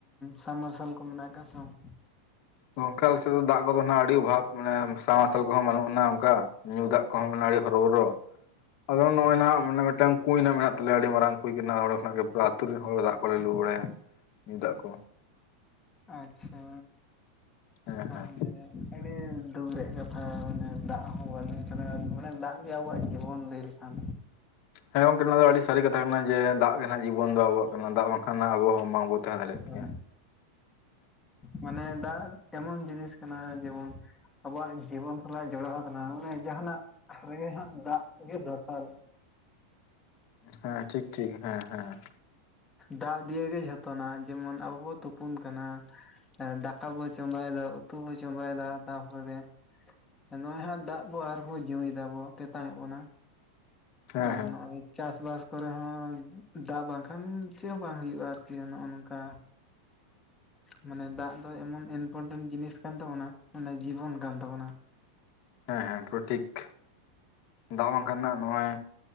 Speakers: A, on the left; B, on the left.
A: ᱥᱟᱢ ᱢᱟᱨᱥᱟᱞ ᱠᱚ ᱢᱮᱱᱟᱜ ᱟᱠᱟᱫ ᱥᱮ ᱵᱟᱝ
B: ᱜᱚᱝᱠᱮ ᱟᱞᱮ ᱥᱮᱫ ᱫᱚ ᱫᱟᱜ ᱠᱚᱫᱚ ᱦᱟᱸᱜ ᱟᱹᱰᱤ ᱚᱵᱷᱟᱵ ᱢᱟᱱᱮ ᱥᱟᱢᱢᱟᱨᱥᱟᱞ ᱠᱚᱦᱚᱸ ᱵᱟᱹᱱᱩᱜ ᱟᱱᱟ ᱚᱱᱠᱟ ᱧᱩ ᱫᱟᱜ ᱠᱚᱦᱚᱸ ᱱᱟᱹᱲᱤ ᱦᱚᱨᱚᱵᱚᱨᱚ ᱟᱫᱚ ᱱᱚᱜ-ᱚᱭ ᱱᱟᱦᱟᱸᱜ ᱢᱟᱱᱮ ᱢᱤᱫᱴᱟᱝ ᱠᱩᱧ ᱱᱟ ᱢᱮᱱᱟᱜ ᱛᱟᱞᱮᱭᱟ ᱟᱹᱰᱤ ᱢᱟᱨᱟᱝ ᱠᱩᱸᱭ ᱠᱟᱱᱟ ᱱᱚᱸᱰᱮ ᱠᱷᱚᱱᱟᱜ ᱜᱮ ᱯᱩᱨᱟᱹ ᱟᱛᱩ ᱨᱮᱱ ᱦᱚᱲ ᱫᱟᱜᱼᱼ ᱠᱚᱞᱮ ᱞᱩ ᱵᱟᱲᱟᱭᱟ ᱧᱩ ᱫᱟᱜ ᱠᱚ᱾
A: ᱟᱸᱪᱪᱷᱟ
B: ᱦᱮᱸ ᱦᱮᱸ
A: ᱛᱟᱦᱚᱞᱮᱼᱼ ᱟᱹᱰᱤ ᱫᱩᱵᱽ ᱨᱮᱭᱟᱜ ᱠᱟᱛᱷᱟ ᱢᱟᱱᱮ ᱫᱟᱜ ᱦᱚᱸ ᱵᱟᱱᱩᱜᱼᱼ ᱠᱟᱫᱟ ᱢᱟᱱᱮ ᱫᱟᱜ ᱜᱮ ᱟᱵᱚᱣᱟᱜ ᱡᱤᱵᱚᱱ ᱞᱟᱹᱭ ᱞᱮᱠᱷᱟᱱᱼᱼ
B: ᱦᱮᱸ ᱜᱚᱝᱠᱮ ᱱᱚᱣᱟ ᱫᱚ ᱟᱹᱰᱤ ᱥᱟᱹᱨᱤ ᱠᱟᱛᱷᱟ ᱠᱟᱱᱟ ᱡᱮ ᱫᱟᱜ ᱜᱮ ᱱᱟᱦᱟᱸᱜ ᱡᱤᱵᱚᱱ ᱫᱚ ᱟᱵᱚᱣᱟᱜ ᱠᱟᱱᱟ ᱫᱟᱜ ᱵᱟᱝᱠᱷᱟᱱ ᱟᱵᱚ ᱦᱚᱸ ᱵᱟᱝᱵᱚ ᱛᱟᱦᱮᱸ ᱫᱟᱲᱮᱜ᱾
A: ᱦᱳᱭ
B: <inaudible>
A: ᱢᱟᱱᱮ ᱫᱟᱜ ᱮᱢᱚᱱ ᱡᱤᱱᱤᱥ ᱠᱟᱱᱟ ᱡᱮᱢᱚᱱᱼᱼ ᱟᱵᱚᱣᱟᱜ ᱡᱤᱵᱚᱱ ᱥᱟᱞᱟᱜ ᱡᱚᱲᱟᱣ ᱠᱟᱱᱟ ᱚᱱᱮ ᱡᱟᱦᱟᱸ ᱱᱟᱜ ᱨᱮᱜᱮ ᱦᱟᱸᱜ ᱫᱟᱜ ᱜᱮ ᱫᱚᱨᱠᱟᱨᱚᱜᱼᱼ
B: ᱦᱮᱸ ᱴᱷᱤᱠ ᱴᱷᱤᱠ ᱦᱮᱸ ᱦᱮᱸ᱾
A: ᱫᱟᱜ ᱫᱤᱭᱮ ᱜᱮ ᱡᱚᱛᱚᱱᱟᱜ ᱡᱮᱢᱚᱱ ᱟᱵᱚ ᱵᱚᱱ ᱛᱩᱯᱩᱱ ᱠᱟᱱᱟ ᱫᱟᱠᱟ ᱵᱚ ᱪᱚᱸᱫᱟᱭᱮᱫᱟ ᱩᱛᱩ ᱵᱚ ᱪᱚᱸᱫᱟᱭᱮᱫᱟ ᱛᱟᱯᱚᱨᱮ ᱮ ᱱᱚᱜ-ᱚᱭ ᱦᱟᱸᱜ ᱫᱟᱜ ᱵᱚ ᱟᱨᱵᱚ ᱧᱩᱭ ᱫᱟᱵᱚ ᱛᱮᱛᱟᱝᱮᱜ ᱵᱚᱱᱟ᱾
B: ᱦᱮᱸ
A: ᱟᱨ
B: ᱦᱮᱸ
A: ᱱᱚᱸᱜ-ᱚᱭᱼᱼ ᱪᱟᱥᱼᱵᱟᱥ ᱠᱚᱨᱮ ᱦᱚᱸ ᱫᱟᱜ ᱵᱟᱝ ᱠᱷᱟᱱ ᱪᱮᱜ ᱦᱚᱸ ᱵᱟᱝ ᱦᱩᱭᱩᱜ-ᱟ ᱟᱨᱠᱤ ᱱᱚᱜ-ᱚ ᱱᱚᱝᱠᱟ᱾ ᱢᱟᱱᱮ ᱫᱟᱜ ᱫᱚᱭ ᱮᱢᱚᱱ ᱤᱱᱯᱚᱨᱴᱮᱱ ᱡᱤᱱᱤᱥ ᱠᱟᱱ ᱛᱟᱵᱚᱱᱟ ᱢᱟᱱᱮ ᱡᱤᱵᱚᱱ ᱠᱟᱱ ᱛᱟᱵᱚᱱᱟ
B: ᱦᱮᱸ ᱦᱮᱸ ᱯᱩᱨᱟᱹ ᱴᱷᱤᱠᱼᱼ ᱫᱟᱜ ᱵᱟᱝᱠᱷᱟᱱ ᱱᱟᱦᱟᱸᱜ ᱱᱚᱜ-ᱚᱚᱭ